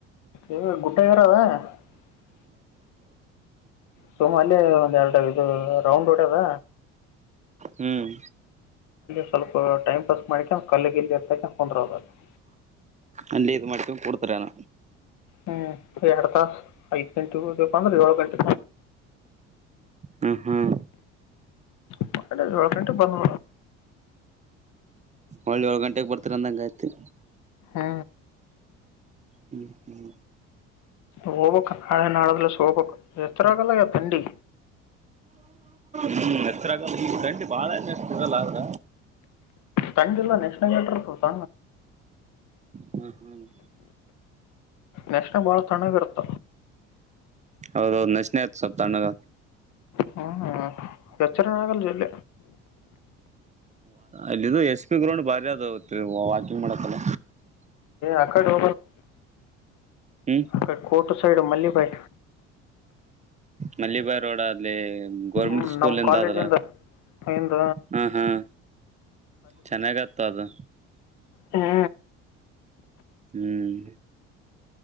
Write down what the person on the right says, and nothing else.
ಹ್ಮ್
ಅಲ್ಲಿ ಇದು ಮಕ್ಕ ಕೊಡ್ತಿರಾನ
ಹ್ಮ್ ಹ್ಮ್
ಒಳ್ಳೆ ಏಳು ಗಂಟೆಗೆ ಬರ್ತಾರೆ ಅಂದಂಗಾಯ್ತತಿ
ಹ್ಮ್ ಹ್ಮ್
ಹ್ಮ್ ನೆಸರಾಗಲ್ಲ ಈ ಗಂಟಿ ಬಾಳ ನೆಸ್ತರಲ್ಲ ಅ್ರ
ಹ್ಮ್ ಹ್ಮ್
ಹೌದೌದು ನೆಶನೆ ಆಯತು ಸ್ವಲ್ಪ ತ ಅಣ್ಣಗ
ಅಲ್ಲಿದು ಎಸ್ ಪಿ ಗ್ರೌಂಡ್ ಬಾರಿ ಅದ ವಾಕಿಂಗ್ ಮಾಡಕಲ್ಲ
ಹ್ಮ್
ಮಲ್ಲಿಬಾಯ್ ರೋಡ್ ಅಲ್ಲಿ ಗೋರ್ಮೆಟ್
ಸ್ಕೂಲ್
ಇದಂತ
ತಲ್ಲ
ಹಾಂ ಹಾಂ ಚೆನ್ನಾಗತ್ತು ಅದು
ಹ್ಮ್